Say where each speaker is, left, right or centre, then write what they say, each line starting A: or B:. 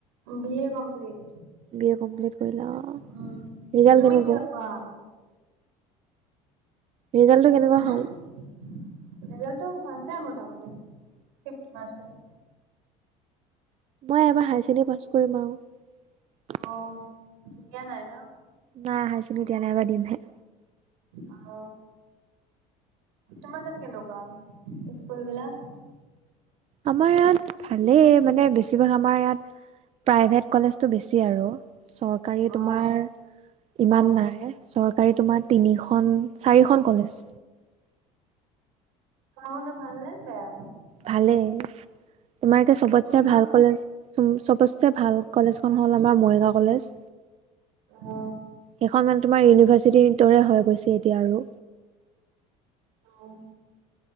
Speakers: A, on the right; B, on the right.
A: B A complete
B: B- A complete কৰিলা অ'
A: উম
B: ৰিজাল্ট
A: তুমি
B: কেনেকুৱা?
A: কিহত পঢ়া
B: ৰিজাল্টটো কেনেকুৱা
A: হ
B: হ'ল?
A: ' ৰিজাল্টটো হৈছে আও মোটামুটি ফিফটি পাৰ্চেন্ত।
B: মই এবাৰ হায়াৰ ছেকেণ্ডেৰী পাছ কৰিম
A: অ
B: আৰু
A: দিয়া নাই ন?
B: নাই হাইছেকেন্দেৰি দিয়া নাই এইবাৰ দিমহে।
A: অ' তোমাৰ তাত কেনেকুৱা স্কুল বিলাক?
B: আমাৰ ইয়াত ভালেই মানে বেছিভাগ আমাৰ ইয়াত প্ৰাইভেট। কলেজ টো বেছি আৰু চৰকাৰী
A: অ
B: তোমাৰ ইমান
A: কম
B: নাই। তোমাৰ তিনিখন চাৰিখন কলেজ।
A: পঢ়া শুনা ভাল নে বেয়া?
B: ভালেই তোমাৰ এতিয়া চবতছে
A: তুমি ক
B: ভাল কলেজ চবতছে ভাল কলেজখন হ'ল আমাৰ মৰিগাঁও কলেজ।
A: অ
B: সেইখন মানে তোমাৰ ইউনিভাৰ্চিটিৰ দৰে হৈ গৈছে। এতিয়া আৰু।
A: অ '